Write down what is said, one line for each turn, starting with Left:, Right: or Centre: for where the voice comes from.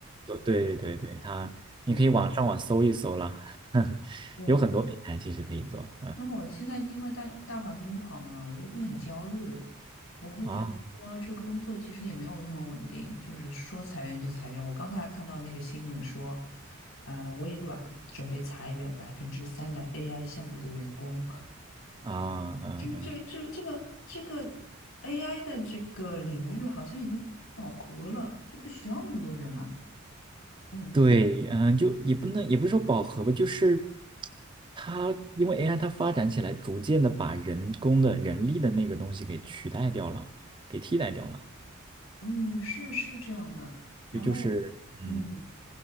Right: 对对对对，
Left: 了
Right: 他你可以网上网搜一搜啦。
Left: 解。对，
Right: 有很多平台其实可以做，嗯
Left: 因为我现在因为大大环境不好嘛，我就会很焦虑，我会觉得说这个工作其实也没有那么稳定，
Right: 啊
Left: 就是说裁员就裁员。我刚才还看到那个新闻说，呃，微软准备裁员百分之三的 AI 项目的员工。
Right: 啊嗯嗯，
Left: 这个这个这个这个这个 AI 的这个领域好像已经饱和了，就不需要那么多人了。嗯
Right: 对，嗯，就也不能也不是说饱和吧，就是它因为 AI 它发展起来，逐渐的把人工的人力的那个东西给取代掉了，给替代掉了，
Left: 嗯，是是这样的。然后嗯，
Right: 就就是嗯，